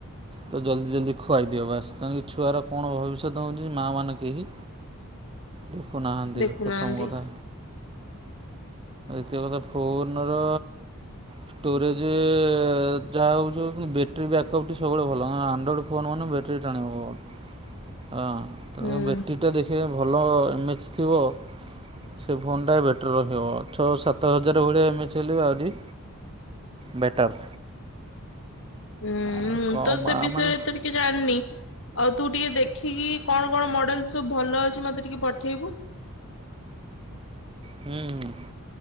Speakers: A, on the right (about 25°); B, on the left (about 60°).
A: ତ ଜଲ୍ଦି ଜଲ୍ଦି ଖୁଆଇ ଦିଅ ବାସ। ତେଣି ଛୁଆର କଣ ଭବିଷ୍ୟତ ହଉଛି? ମା ମାନେ କେହି ଦେଖୁ ନାହାନ୍ତି
B: ଦେଖୁନାହାନ୍ତି
A: ପ୍ରଥମ କଥା ଦ୍ୱିତୀୟ କଥା ଫୋନ ର ଷ୍ଟୋରେଜେ ଜ ଯା ହଉଛି ଉଛି ବେଟ୍ରୀ ବ୍ୟକଅପ୍ ଟି ସବୁବେଳେ ଭଲ। ଅଁଆଣ୍ଡ୍ରଏଡ ଫୋନ୍ ମାନେ ବେଟ୍ରି ଟାଣିବ ହଁ ତେଣୁ
B: ହୁଁ।
A: ବେଟିର୍ ଟା ଦେଖିବା ଭଲ ଏମଚ୍ ଥିବ ସେ ଫୋନଟା ବେଟର ରଖିବ। ଛଅ ସାତ ହଜାର ଭଳିଆ ଏମେଚ୍ ହେଲେବି ଆହୁରି ବେଟର୍।
B: ହୁଁ,
A: ଆଉ
B: ମୁଁ
A: କମ୍
B: ତ ସେ
A: ଆଉ
B: ବିଷୟରେ
A: ମାନେ
B: ଏତେ କିି ଜାଣ୍ନି ଆଉ ତୁ ଟିକେ ଦେଖିକି କଣ କଣ ମଡେଲ ସବୁ ଭଲ ଅଛି? ମତେ ଟିକେ ପଠେଇବୁ।
A: ହୁଁ।